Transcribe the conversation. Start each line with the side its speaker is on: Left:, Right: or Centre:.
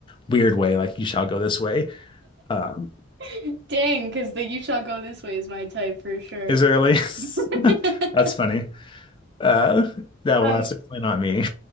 Left: weird way, like you shall go this way. Um,
Right: <laughs> Dang, because the you shall go this way is my type for sure.
Left: Is early.
Right: <laughs>
Left: <laughs> That's funny. Uh, that well,
Right: Um,
Left: that's definitely not me.